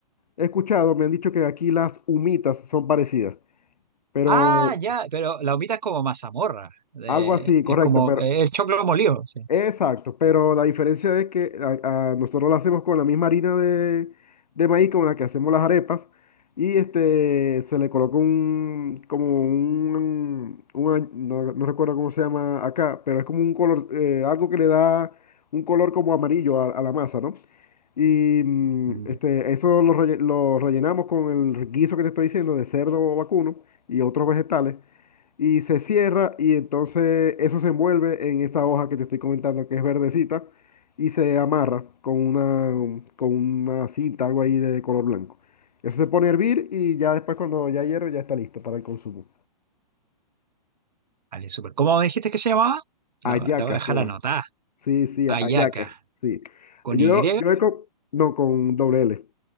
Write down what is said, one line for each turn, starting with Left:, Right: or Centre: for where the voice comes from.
Left: he escuchado, me han dicho que aquí las humitas son parecidas, pero
Right: Ah, ya, pero la humita es como mazamorra. eh,
Left: algo así, correcto,
Right: es como
Left: pero,
Right: eh, el choclo molido. Sí.
Left: exacto, pero la diferencia es que a- a nosotros la hacemos con la misma harina de, de maíz con la que hacemos las arepas y este, se le coloca un, como un, un a- no, no recuerdo cómo se llama acá, pero es como un color, eh, algo que le da un color como amarillo a a la masa, ¿no? Y mm,
Right: Mm,
Left: este, eso lo, relle- lo rellenamos con el guiso que te estoy diciendo de cerdo vacuno y otros vegetales. Y se cierra y entonces eso se envuelve en esta hoja que te estoy comentando que es verdecita y se amarra con una, con una cinta, algo ahí de color blanco. Eso se pone a hervir y ya después cuando ya hierve ya está listo para el consumo.
Right: vale, súper. ¿Cómo me dijiste que se llamaba?
Left: Ayaca
Right: La, la voy a dejar
Left: se llama.
Right: anotada.
Left: Sí, sí,
Right: Ayaca.
Left: ayaca. Sí.
Right: ¿Con
Left: Yo,
Right: Y?
Left: yo he co- no, con doble L.